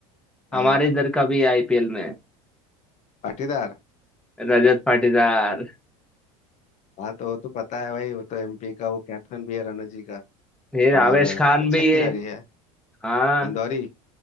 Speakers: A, on the left; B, in the centre.
A: हाँ
B: हमारे इधर का भी है आईपीएल में
A: पाटीदार
B: रजत पाटीदार
A: हाँ तो वो तो पता है भाई वो तो एमपी का वो कैप्टन भी है रणजी का
B: फिर आवेश
A: और
B: खान
A: अच्छा
B: भी
A: खिलाड़ी
B: है
A: है
B: हाँ
A: इंदौरी